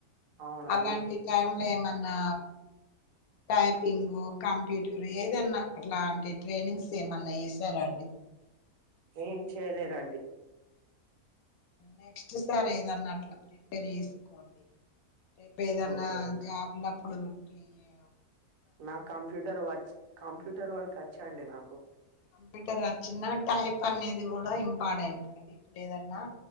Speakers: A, on the right; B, on the left.
A: అవునండి
B: అలాంటి టైంలా ఏమన్నా టైప్ పింగు కంప్యూటర్ ఏదన్నా అట్లాంటి ట్రైనింగ్స్ ఏమన్నా చేసారా అండి
A: ఏం చేయలేదండి
B: నెక్స్ట్ సారి ఏదన్నా అట్లా ప్రిపేర్ చేసుకోండి రేపు ఏదన్నా
A: ఓకే అండి
B: జాబ్ల అప్పుడు ఓటియే
A: నాకు కంప్యూటర్ వర్చ్ కంప్యూటర్ వర్క్ వచ్చాండి నాకు
B: కంప్యూటర్ వచ్చిన టైప్ అనేది కూడా ఇంపార్టెంటే అండి ఇప్పుడు ఏదన్నా